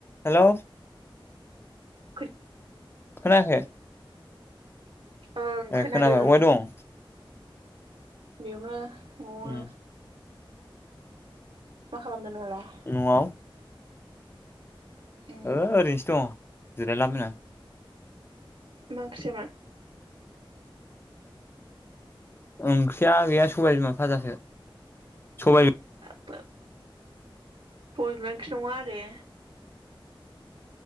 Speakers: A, on the left; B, on the right.
A: Hello
B: खो
A: खोनायाखै
B: ओं
A: ए
B: खोनादों
A: खोनाबाय अबाय दं
B: बेयावनो न'आवनो
A: उम
B: मा खालामदों नोंहालाय
A: न'आव
B: उम
A: ओरैनोसो दङ जिरायला बायना
B: मा ओंख्रिसोमोन
A: ओंख्रिया गैया सबाइ बिमा फाजासो सबाय
B: सबाइ बिमाया ओंख्रि नङा आरो